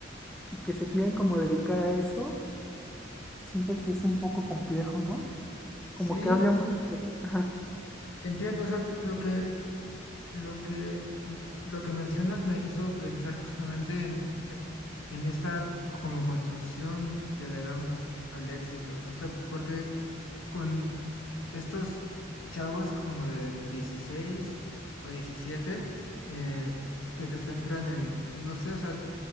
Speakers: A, in the centre; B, on the left (about 85°).
A: y que se quieren como dedicar a eso, siento que es un poco complejo, ¿no? Como
B: Sí,
A: que habla mucho de... Ajá,
B: entiendo, o sea, t- lo que Lo que, lo que mencionas me hizo pensar justamente en, eh, en esta como construcción que le damos al éxito. O sea, porque con estos chavos como de 16 o 17 eh, que se centran en, no sé, o sea,